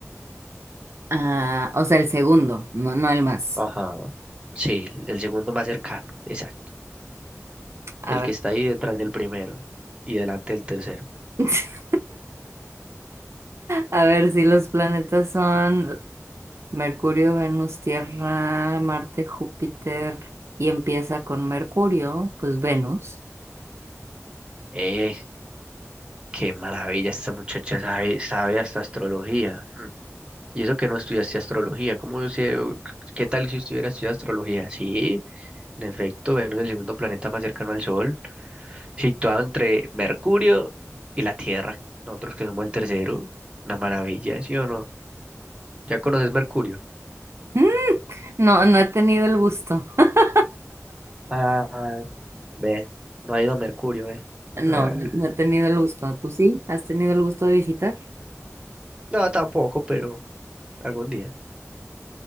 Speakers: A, on the right; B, on the right.
A: Ah, o sea, el segundo, no, no el más.
B: Ajá. Sí, el el segundo más cercano, exacto.
A: A
B: El
A: ver.
B: que está ahí detrás del primero y delante del tercero.
A: <laughs> A ver si los planetas son Mercurio, Venus, Tierra, Marte, Júpiter y empieza con Mercurio, pues Venus.
B: Eh, qué maravilla, esta muchacha sabe, sabe hasta astrología. Mm. Y eso que no estudiaste astrología, ¿cómo yo sé? ¿Qué tal si estuviera estudiando astrología? Sí, en efecto, Venus es el segundo planeta más cercano al Sol, situado entre Mercurio y la Tierra. Nosotros que somos el tercero, una maravilla, ¿sí o no? ¿Ya conoces Mercurio?
A: Mm, No, no he tenido el gusto. <laughs>
B: Ah, ve, no ha ido a Mercurio, eh.
A: No,
B: Ah,
A: no no he tenido el gusto. ¿Tú sí? ¿Has tenido el gusto de visitar?
B: no, tampoco, pero algún día.